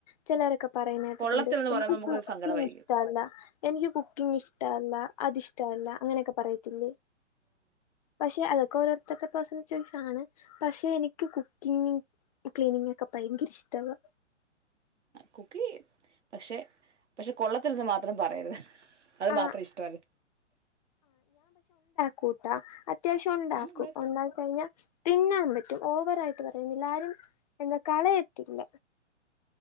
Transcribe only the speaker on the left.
ചിലവരൊക്കെ പറയുന്ന കേട്ടിട്ടുണ്ട്
എനിക്ക്
ഇപ്പം
കുക്കിംഗ്
ഇഷ്ടവല്ല എനിക്ക് കുക്കിംങ് ഇഷ്ടല്ല അത്ഷ്ടവല്ല അങ്ങനെയൊക്കെ പറയത്തില്ലെ പഷെ അതൊക്കെ ഓരോര്ത്തര്ടെ പേഴ്സണൽ ചോയ്സ് ആണ് പഷെ എനിക്ക് കു ങ് ക്ലീനിങ് ഒക്കെ ഭയങ്കരിഷ്ടവ
ആ
കൂട്ടാ അത്യാവശ്യം ഒണ്ടാക്കും
ഒണ്ടാക്കി കഴിഞ്ഞാൽ തിന്നാൻ പ <unintelligible> ഓവർ ആയിട്ട് പറയ്ന്നില്ല ആരും എന്ത കളയത്തില്ല